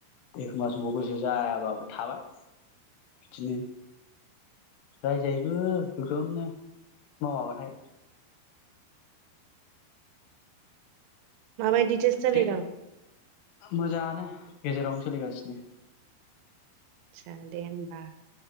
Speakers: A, on the left; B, on the right.
A: एखमबा समाव गोसो जायाबाबो थाबाय बिदिनो रायजायबो गोगोमनो मावाबाथाय
B: माबायदि जलिि
A: दे
B: <inaudible> र
A: मोजाङानो गेजेरावनो सोलिगासिनो
B: आसा दे होमबा